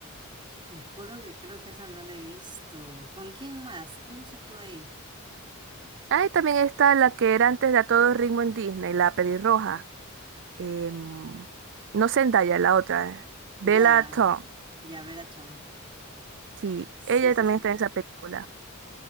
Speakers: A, on the right (about 25°); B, on the right (about 55°).
A: Te juro que creo que esa no la he visto. ¿Con quién más? ¿Quién más actúa ahí?
B: Ahí también está la que era antes de A Todo Ritmo en Disney, la pelirroja. em, no Zendaya, la otra, Bella
A: Ya,
B: Thorne.
A: ya, Belatón.
B: Sí,
A: Sí,
B: ella
A: sí,
B: también
A: sí.
B: está en esa película.